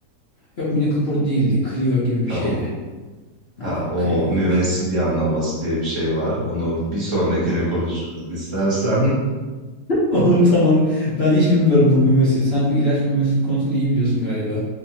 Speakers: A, on the left; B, on the right.
A: Yok Mini Cooper değildi. Clio gibi bir
B: Tamam.
A: şeydi.
B: Ha
A: Ha,
B: o
A: Clio gibi
B: mümessil
A: bir şeydi.
B: yanlaması diye bir şey var. Onu bir sonrakine konuşuruz istersen. <laughs>
A: <laughs> Olur tamam. Ben hiç bilmiyorum bu mümessil. Sen bu ilaç mümessil konusunu iyi biliyorsun galiba.